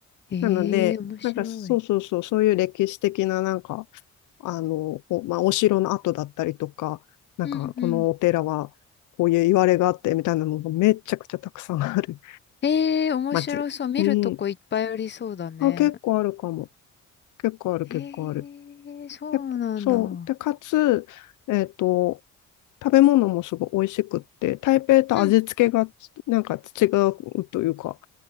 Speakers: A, on the left; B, on the left.
A: へえ、
B: なので、
A: 面白い。
B: なんかそうそうそう、そういう歴史的ななんか、あの、お、まあ、お城の跡だったりとか、なんかこのお寺はこういう言われがあってみたいなのがめちゃくちゃたくさんある
A: うんうんええ、面白そう。
B: <laughs> 町。
A: 見るとこいっぱいありそうだね。
B: うん。あ、結構あるかも。結構ある、結構ある。
A: ええ、そうなんだ。
B: で、そう。で、かつ、えっと、食べ物もすごい美味しくって、台北と味付けがなんか違うというか、
A: うん。